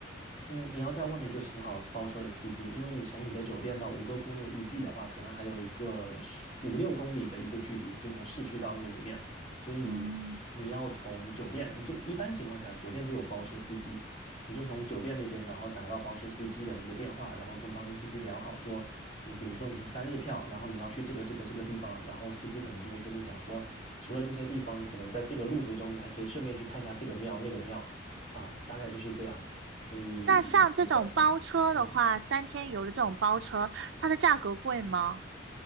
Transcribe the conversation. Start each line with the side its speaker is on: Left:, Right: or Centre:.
Left: 嗯，你要在外面就请好包车的司机，因为你从你的酒店到吴哥窟那个遗迹的话，可能还有一个十五六公里的一个距离，就从市区到那个里面，所以你你要从酒店，
Right: 嗯，
Left: 你就一般情况下酒店就有包车司机，你就从酒店那边，然后打到包车司机的那个电话，然后跟包车司机聊好说，你比如说你是三日票，然后你要去这个这个这个地方，然后司机可能就会跟你讲说，除了这些地方，可能在这个路途中你还可以顺便去看一下这个庙那个庙。啊，大概就是这样。所以基本上，
Right: 那像这种包车的话，
Left: 嗯
Right: 三天游的这种包车，它的价格贵吗？